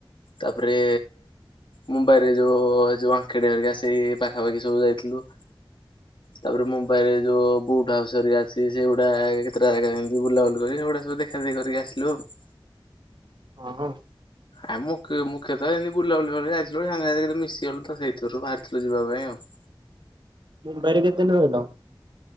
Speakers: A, on the left; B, on the right.
A: ତାପରେ ମୁମ୍ବାଇ ରେ ଯୋଉ ଯୋଉ ଆଙ୍ଖେଡ଼ି ହେରିକା ସେଇ ପାଖାପାଖି ସବୁ ଯାଇଥିଲୁ। ତାପରେ ମୁମ୍ବାଇ ରେ ଯୋଉ ବୁଟ ହାଉସ ହେରିକା ସିଏ ସେଗୁଡା କେତେଟା ଜାଗା କେମିତି ବୁଲାବୁଲି କରିକି ସେଗୁଡା ସବୁ ଦେଖା ଦେଖି କରିକି ଆସିଲୁ ଆଉ।
B: ହଁ ହଁ।
A: ଆଉ ମୁ ମୁଖ୍ୟତଃ ଏମିତି ବୁଲାବୁଲି କରିଯାଇଥିଲୁ ସାଙ୍ଗା ସାଥି କେତେ ମିଶିଗଲୁ ତ ସେଇଥିିରୁ ବାହାରିଥିଲୁ ଯିବା ପାଇଁ ଆଉ।
B: ମୁମ୍ବାଇ ରେ କେତେଦିନ ରହିଲ?